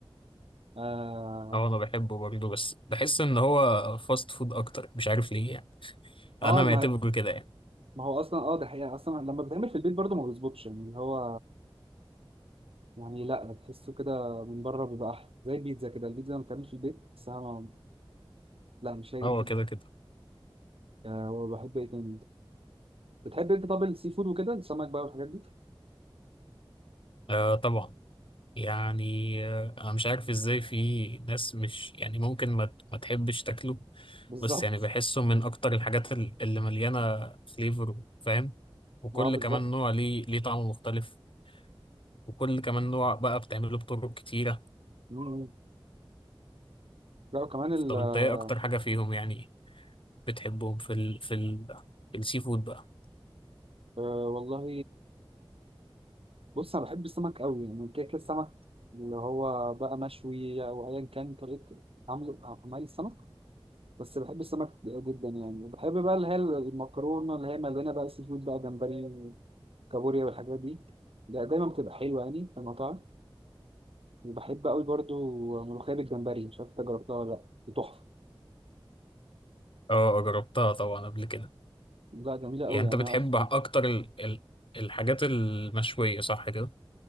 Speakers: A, on the right (about 80°); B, on the left (about 65°).
A: آه,
B: أه أنا بحبه برضو بس بحس إن هو فاست فود أكتر مش عارف ليه يعني
A: آه
B: أنا معتبره
A: ما,
B: كده يعني
A: ما هو أصلا آه ده حقيقة أصلا لما بيتعمل في البيت برضو ما بيظبطش يعني اللي هو يعني لا تحسه كده من بره بيبقى أحلى زي البيتزا كده البيتزا لما بتتعمل في البيت تحسها ما- لا مش هي
B: هو
A: البيتزا
B: كده كده
A: آه وبحب إيه تاني بتحب أنت طب السي فود وكده السمك بقى والحاجات دي
B: آه طبعا يعني آه، أنا مش عارف إزاي في ناس مش يعني ممكن ما, ت- ما تحبش تاكله
A: بالظبط
B: بس يعني بحسه من اكتر الحاجات ال- اللي مليانه فليفر فاهم وكل
A: آه بالظبط
B: كمان نوع ليه ليه طعم مختلف وكل كمان نوع بقى بتعمله بطرق كتيره
A: مم. لا وكمان الكاس
B: طب انت ايه اكتر حاجه فيهم يعني بتحبهم في ال في ال في السي فود بقى
A: آه والله بص انا بحب السمك قوي يعني كيك السمك اللي هو بقى مشوي او ايا كان طريقه عمله عمل السمك بس بحب السمك جدا يعني وبحب بقى اللي هي المكرونه اللي هي مليانه بقى سي فود بقى جمبري وكابوريا والحاجات دي ده دايما بتبقى حلوه يعني في المطاعم وبحب قوي برضو ملوخيه بالجمبري مش عارف انت جربتها ولا لا دي تحفه
B: اه جربتها طبعا قبل كده
A: لا جميله قوي
B: يعني انت
A: يعني
B: بتحب
A: انا اصلا
B: اكتر ال ال الحاجات المشويه صح كده